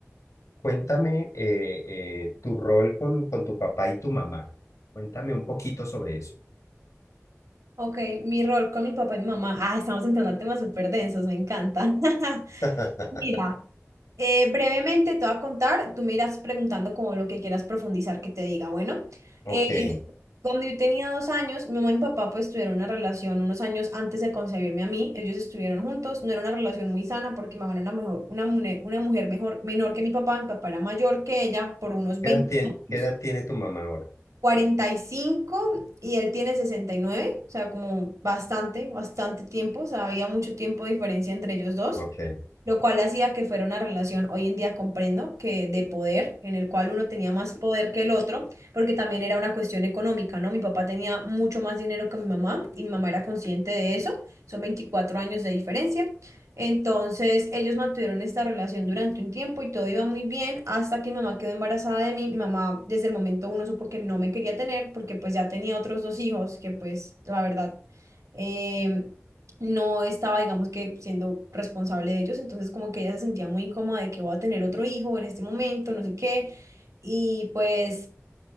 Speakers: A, on the left (about 75°); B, on the right (about 85°).
A: Cuéntame eh, eh, tu rol con, con tu papá y tu mamá. Cuéntame un poquito sobre eso.
B: ok, mi rol con mi papá y mi mamá. Ah, estamos entrando a temas súper densos, me encanta. <laughs>
A: <laughs>
B: Mira. Eh, brevemente te voy a contar, tú me irás preguntando como lo que quieras profundizar que te diga. Bueno,
A: Ok.
B: eh,
A: ¿Qué
B: cuando yo tenía dos años, mi mamá y mi papá pues tuvieron una relación unos años antes de concebirme a mí, ellos estuvieron juntos, no era una relación muy sana porque mi mamá era una, mejor, una, mune- una mujer mejor, menor que mi papá, mi papá era mayor que ella por unos veinte
A: edad tiene, qué
B: años
A: edad tiene tu mamá ahora?
B: cuarenta y cinco y él tiene sesenta y nueve o sea, como bastante, bastante tiempo, o sea, había mucho tiempo de diferencia entre ellos dos,
A: Ok,
B: lo cual hacía que fuera una relación, hoy en día comprendo, que de poder, en el cual uno tenía más poder que el otro, porque también era una cuestión económica, ¿no? Mi papá tenía mucho más dinero que mi mamá y mi mamá era consciente de eso, son 24 años de diferencia, entonces, ellos mantuvieron esta relación durante un tiempo y todo iba muy bien hasta que mi mamá quedó embarazada de mí. Mi mamá desde el momento uno supo que no me quería tener porque pues ya tenía otros dos hijos que pues la verdad em, no estaba digamos que siendo responsable de ellos. Entonces como que ella se sentía muy incómoda de que voy a tener otro hijo en este momento, no sé qué. Y pues